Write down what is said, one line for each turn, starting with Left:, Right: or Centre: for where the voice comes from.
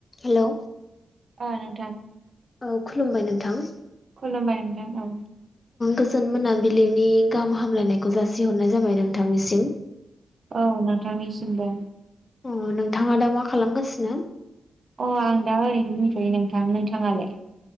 Left: Hello.
Right: ओ नोंथां।
Left: औ खुलुमबाय नोंथां।
Right: खुलुमबाय नोंथां औ।
Left: गोजोन मोनाबिलिनि गाहाम हामलायनायखौ जासिहरनाय जाबाय नोंथांनिसिम।
Right: औ नोंथांनिसिमबो।
Left: अ नोंथाङा दा मा खालामगासिनो?
Right: अ आं दा ओरैनो दंथ'यो नोंथां नोंथाङालाय?